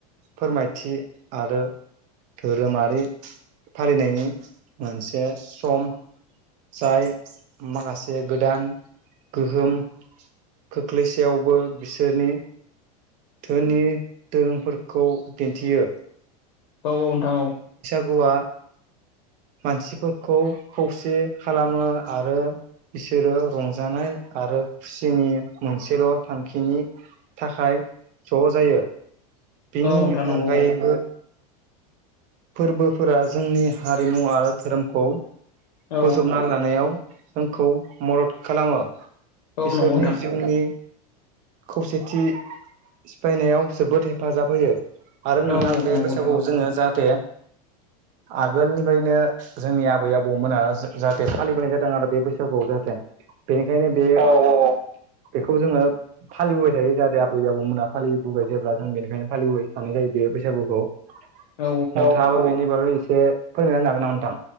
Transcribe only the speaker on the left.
औ औ नोंथां औ
औ नोंथां नंगौ
औ
औ
औ नंगौ नोंथां
औ
औ
नंगौ
नोंथां औ
<inaudible>
औ